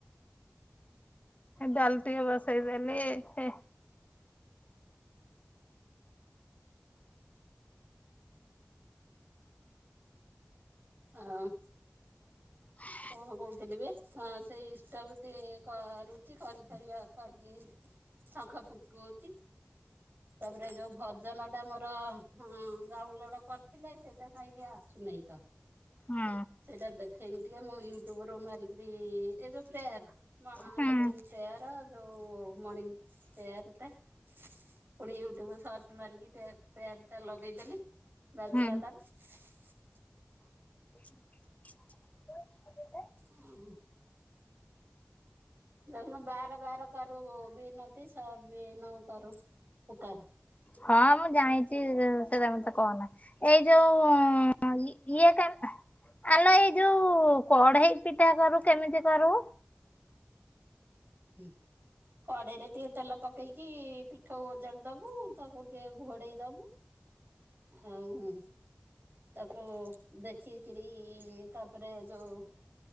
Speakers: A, on the left (about 35°); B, on the right (about 55°).
A: ଡାଲି ଟିକେ ବସେଇଦେଲି ହେ
B: ଅଁ ହ।
A: <inaudible>
B: କଣ କହୁଥିଲି ବେ ହଁ ସେଇ ଇଷ୍ଟା <unintelligible> କରୁଚି କରି ସାରିବା କରିକି ଶଙ୍ଖ ଫୁଙ୍ଖୁଚି। ତାପରେ ଯୋଉ ଭଜନ ଟା ମୋର ହଁ ଡାଉନଲୋଡ କରିଥିଲେ ସେଟା କାହିଁକି ଆସ ନାହିଁ ତ
A: ହୁଁ
B: ସେଇଟା ଦେଖେଇନି ଟିକେ ମୁଁ ୟୁଟ୍ୟୁବୁ ରୁ ଗି ଇଏ ଯୋଉ ପ୍ରେୟର
A: ହୁଁ
B: ଇଭିନିଂ ପ୍ରେୟର ହୋଉ ମଣିଙ୍ଗ ପ୍ରେୟାର ଟା ପୁଣି ୟୁଟ୍ୟୁବ ରୁ ସର୍ଚ୍ଚ ମାରିକି ପ୍ରେୟାର ପ୍ରେୟାର ଟା ଲଗେଇଦେଲି ବାଜିଲା
A: ହୁଁ।
B: ତାର
A: <inaudible>
B: ଉଁ ହୁଁ। ଦେଖୁନ ବାର ବାର କରୁ ବିନତି ସେ ବିନୁ କରୁ ଉପକାର।
A: ହଁ ମୁଁ ଜାଣିଛି ସେଟା ମତେ କହନା, ଏଇ ଯୋଉ ଇଏ କା ଆଲୋ ଏଇ ଯୋଉ କଢେଇ ପିଠା କରୁ କେମିତି କରୁ?
B: <inaudible> କଢେଇରେ ଟିକେ ତେଲ ପକେଇକି ପିଠଉ ଓଜାଡିଦବୁ ତାକୁ ଟିକେ ଘୋଡେଇ ଦବୁ। ଆଉ ତାକୁ ଦେଖିକିରି ତାପରେ ଯୋଉ